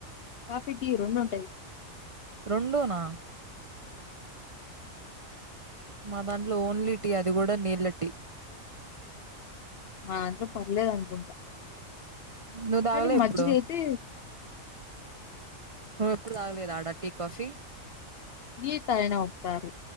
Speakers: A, on the left; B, on the right.
A: కాఫీ టీ రొండు ఉంటది
B: రొండు నా మా దాంట్లో ఓన్లీ టీ అది గుడా నీళ్ల టీ
A: మా దాంట్లో పర్లేదు అనుకుంటా
B: నువ్వు తాగలే
A: కానీ
B: ఎప్పుడు?
A: మజ్జిగ అయితే
B: నువ్వు ఎప్పుడు తాగలేదా ఆడ టీ కాఫీ
A: ఈ తాగిన ఒకసారి